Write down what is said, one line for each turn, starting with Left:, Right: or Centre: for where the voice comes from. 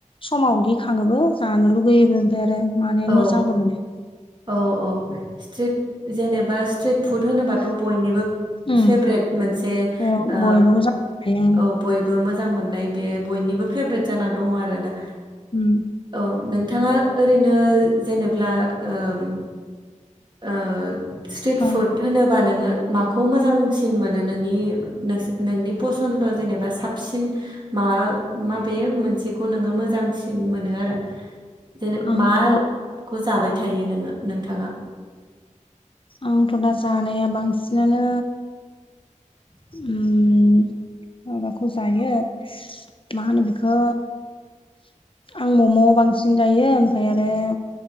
Left: समाव गिखाङोबो, जानो लुगैयोबो ओमफ्राय आरो माने
Right: औ
Left: मोजांबो मोनो।
Right: औ औ स्ट्रिट जेनेबा स्ट्रिट फुड होनोबाथ' बयनिबो
Left: उम
Right: फेभ्रेट मोनसे
Left: बेयाव
Right: ओ
Left: बयबो मोजां मोनखायो ओं
Right: औ बयबो मोजां मोननाय बे बयनिबो फेभ्रेट जाना दङ आरोना।
Left: उम।
Right: औ नोंथाङा ओरैनो जेनेब्ला ओम ओ स्ट्रिट
Left: औ
Right: फुड होनोबा नोङो माखौ मोजांसिन मोनो नोंनि नोंस नोंनि पसन्द जेनेबा साब सिन मा माबे मोनसेखौ नोङो मोजांसिन मोनो आरो जेने
Left: आंथ'
Right: माखौ जाबाय थायो नोङो नोंथाङा
Left: आंथ' दा जानाया बांसिनानो
Right: <inaudible>
Left: उम माबाखौ जायो मा होनो बेखो आं मम' बांसिन जायो ओमफाय आरो